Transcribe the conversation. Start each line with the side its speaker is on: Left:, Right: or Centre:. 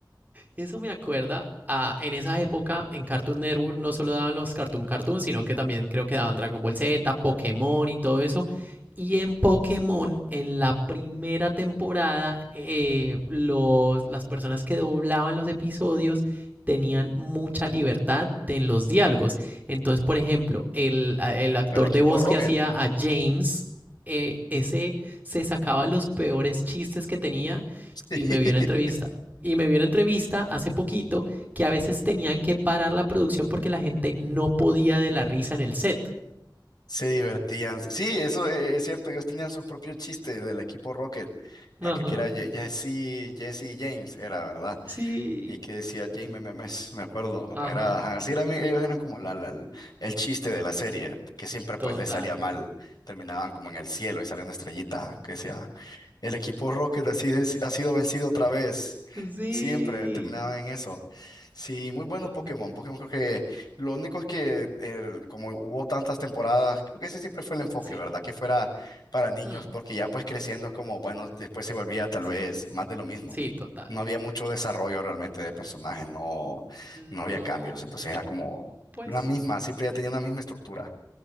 Right: Eso me acuerda a, en esa época en Cartoon Network no solo daban los Cartoon Cartoon, sino que también creo que daban Dragon Ball Z, Pokémon y todo eso. Y en Pokémon, en la primera temporada, eh, los, las personas que doblaban los episodios tenían mucha libertad de, en los diálogos. Entonces, por ejemplo, el, el actor
Left: El equipo
Right: de voz
Left: Rocket.
Right: que hacía a James, eh, ese se sacaba los peores chistes que tenía
Left: <laughs>
Right: y me vio una entrevista y me vio una entrevista hace poquito que a veces tenían que parar la producción porque la gente no podía de la risa en el set.
Left: Se divertían. Sí, eso eh, es cierto. Ellos tenían sus propios chistes del equipo Rocket.
Right: Ajá,
Left: ya Creo que era Ye- Jesse, Jesse James, era, ¿verdad?
Right: sí,
Left: Y que decía James Memes, me acuerdo.
Right: ajá,
Left: Era, ajá, sí, era mi- ellos eran como la, la- el el chiste de la serie, porque siempre
Right: total.
Left: pues les salía mal. Terminaban como en el cielo y salía una estrellita que decía el equipo Rocket ha sido, ha sido vencido otra vez.
Right: Sí,
Left: Siempre terminaba en eso. Sí, muy bueno
Right: total.
Left: Pokémon. Pokémon creo que lo único es que eh, como hubo tantas temporadas, creo que ese siempre fue el enfoque,
Right: Sí,
Left: ¿verdad? Que fuera para niños,
Right: hmm,
Left: porque ya pues creciendo es como, bueno, después se volvía tal vez
Right: sí,
Left: más de lo mismo.
Right: sí, total.
Left: No había mucho desarrollo realmente de personajes, no,
Right: No,
Left: no había cambios. Entonces era como
Right: pues
Left: la misma, siempre ya tenía una misma estructura.